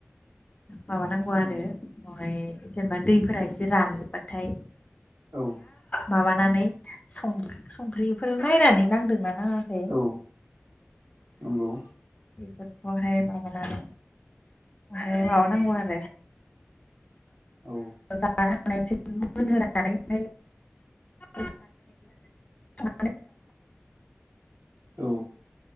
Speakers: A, on the left; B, on the right.
A: माबानांगौ आरो
B: नंगौ
A: ओमफाय जेनेबा दैफोरा एसे रानजोब्बाथाय
B: औ
A: माबानानै सं-संख्रिफोर नायनानै नांदों ना ङाखै
B: औ नंगौ
A: बेफोर खौहाय माबानानै बेहाय माबानांगौ आरो
B: औ
A: जेनेबा ओ <inaudible>
B: औ